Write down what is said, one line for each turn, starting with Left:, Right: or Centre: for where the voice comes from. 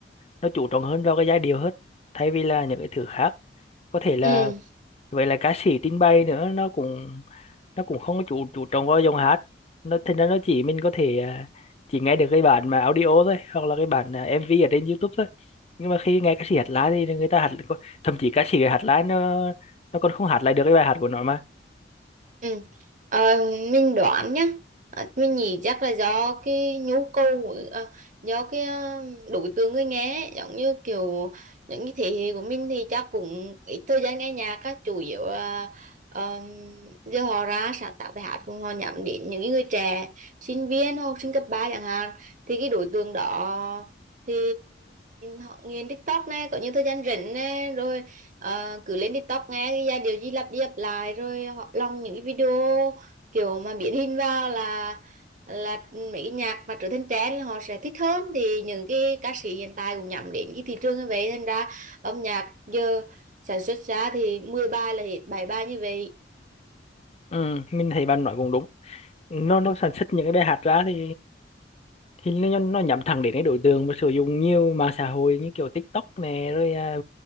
Left: nó chú trọng hơn vào cái giai điệu hết thay vì là những cái thứ khác có thể là
Right: ừ
Left: vậy là ca sĩ trình bày nữa nó cũng nó cũng không có chú chú trọng vào giọng hát nó thành ra nó chỉ mình có thể à, chỉ nghe được cái bản mà audio thôi hoặc là cái bản à, MV ở trên YouTube thôi nhưng mà khi nghe ca sĩ hát live thì người ta hát thậm chí ca sĩ hát live nó nó còn không hát lại được cái bài hát của nó mà
Right: Ừ. Ờ, mình đoán nhá Ờ, mình nghĩ chắc là do cái nhu cầu của- ờ, do cái ờ, đối tượng người nghe ấy. giống như kiểu những cái thế hệ của mình thì chắc cũng ít thời gian nghe nhạc á chủ yếu là ờ, giờ họ ra sáng tạo bài hát cũng họ nhắm đến những cái người trẻ sinh viên hoặc học sinh cấp 3 chẳng hạn thì cái đối tượng đó thì họ nghiền TikTok này có những thời gian rảnh này rồi Ờ, cứ lên TikTok nghe cái giai điệu gì lặp đi lặp lại rồi họ lòng những cái video kiểu mà biến hình vào là là mấy cái nhạc mà trở thành trend là họ sẽ thích hơn thì những cái ca sĩ hiện tại cũng nhắm đến cái thị trường như vậy thành ra âm nhạc giờ sản xuất ra thì 10 bài là hết 7 bài như vậy
Left: Ừ, mình thấy bạn nói cũng đúng nó nó sản xuất những cái bài hát ra thì thì nó nó nhắm thẳng đến cái đối tượng mà sử dụng nhiều mạng xã hội như kiểu TikTok này rồi à,